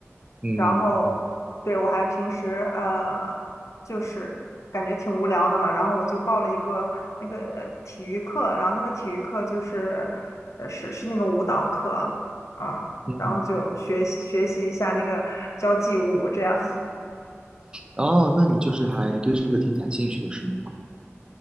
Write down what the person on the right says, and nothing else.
嗯
嗯，
嗯哦，那你就是还对这个挺感兴趣的是吗？